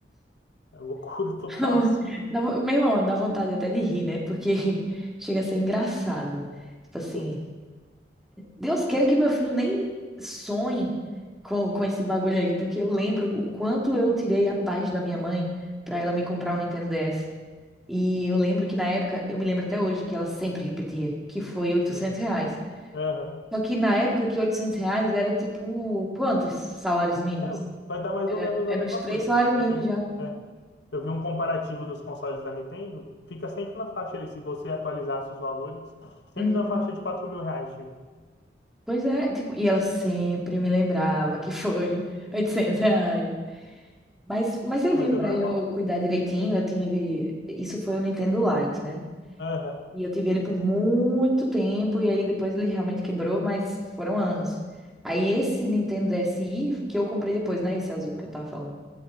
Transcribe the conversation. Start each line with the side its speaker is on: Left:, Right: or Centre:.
Left: É loucura <laughs> total,
Centre: <laughs>
Left: assim.
Centre: Dá vo- Meu irmão, dá vontade até de rir, né? Porque <laughs> chega a ser engraçado. Tipo assim,
Left: Puta,
Centre: Deus queira que meu filho nem sonhe com, com esse bagulho aí, porque eu lembro o quanto eu tirei a paz da minha mãe pra ela me comprar um Nintendo DS. E eu lembro que na época, eu me lembro até hoje que ela sempre repetia, que foi oitocentos
Left: sim.
Centre: reais.
Left: Aham.
Centre: Só que na época que 800 reais era tipo, quantos salários mínimos?
Left: É, vai dar mais
Centre: Era,
Left: ou menos
Centre: era
Left: a mesma
Centre: uns três
Left: coisa.
Centre: salários
Left: Porque
Centre: mínimos
Left: teve,
Centre: já.
Left: é, eu vi um comparativo dos consoles da Nintendo, fica sempre na faixa ali, se você atualizasse os valores, sempre
Centre: Uhum.
Left: na faixa de quatro mil reais, chega.
Centre: Pois é, tipo, e ela sempre me lembrava que foi 800 reais. Mas, mas serviu
Left: Ah, mas é
Centre: para
Left: normal.
Centre: eu cuidar direitinho. Eu tive. Isso foi o Nintendo Lite, né?
Left: Aham.
Centre: E eu tive ele por muito tempo. E aí depois ele realmente quebrou, mas foram anos. Aí
Left: É.
Centre: esse Nintendo D S I que eu comprei depois, né? Esse azul que eu tava falando.